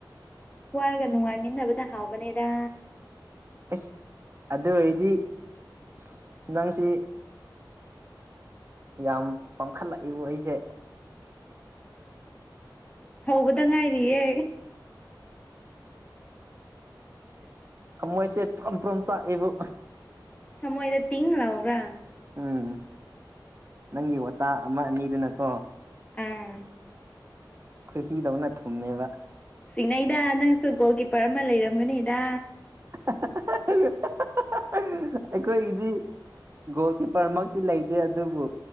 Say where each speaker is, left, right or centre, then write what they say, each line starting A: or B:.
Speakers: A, on the left; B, on the right.
A: ꯋꯥꯔꯒ ꯅꯨꯡꯉꯥꯏꯃꯤꯟꯅꯕꯅ ꯍꯥꯎꯕꯅꯦꯗ
B: ꯑꯁ ꯑꯗꯨ ꯑꯣꯏꯔꯗꯤ ꯑꯥ ꯅꯪꯁꯤ ꯌꯥꯝ ꯄꯥꯡꯈꯠꯂꯛꯏꯕꯣ ꯑꯩꯁꯦ
A: ꯍꯧꯕꯗ ꯉꯥꯏꯔꯤꯌꯦ
B: ꯊꯃꯣꯏꯁꯦ ꯄ꯭ꯔꯨꯝ ꯄ꯭ꯔꯨꯝ ꯆꯥꯛꯑꯦꯕꯨ
A: ꯊꯝꯃꯣꯏꯗ ꯇꯤꯡ ꯂꯥꯎꯕ꯭ꯔꯥ
B: ꯎꯝ ꯅꯪꯒꯤ ꯋꯥꯇꯥ ꯑꯃ ꯑꯅꯤꯗꯨꯅꯀꯣ
A: ꯎꯝ
B: ꯈꯣꯏꯍꯤꯗꯧꯅ ꯊꯨꯝꯃꯦꯕ
A: ꯆꯤꯡꯅꯩꯗ ꯅꯪꯁꯨ ꯒꯣꯜ ꯀꯤꯞꯄꯔ ꯑꯃ ꯂꯩꯔꯝꯒꯅꯤꯗ
B: <unintelligible> ꯑꯩꯈꯣꯏꯒꯤꯗꯤ ꯒꯣꯜ ꯀꯤꯞꯄꯔꯃꯛ ꯇꯤ ꯂꯩꯇꯦ ꯑꯗꯨꯕꯨ